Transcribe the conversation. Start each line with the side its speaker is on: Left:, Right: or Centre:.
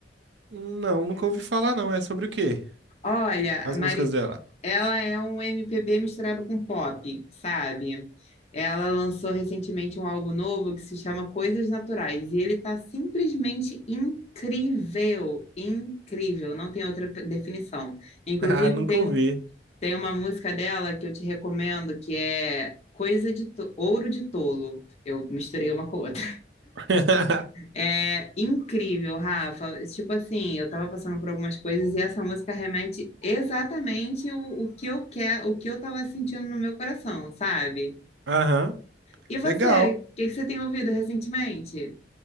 Right: Não, nunca ouvi falar, não. É sobre o quê?
Left: Olha,
Right: As
Left: a Mari...
Right: músicas dela.
Left: ela é um MPB misturado com pop, sabe? Ela lançou recentemente um álbum novo que se chama Coisas Naturais e ele tá simplesmente incrível, incrível, não tem outra definição. Inclusive,
Right: <laughs> Ah, nunca
Left: tem
Right: ouvi.
Left: um Tem uma música dela que eu te recomendo que é Coisa de to- Ouro de Tolo. Eu misturei uma com a outra.
Right: <laughs>
Left: É incrível, Rafa. Tipo assim, eu tava passando por algumas coisas e essa música remete exatamente o, o que eu quero, o que eu tava sentindo no meu coração, sabe?
Right: Aham.
Left: E você,
Right: Legal.
Left: o que que você tem ouvido recentemente?